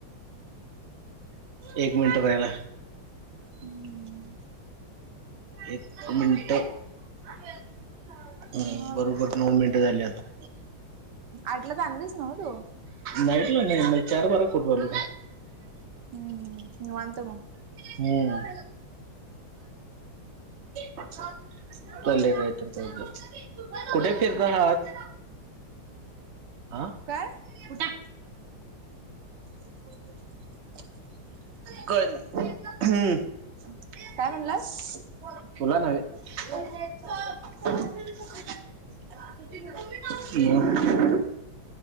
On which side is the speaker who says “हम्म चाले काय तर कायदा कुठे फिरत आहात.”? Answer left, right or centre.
Right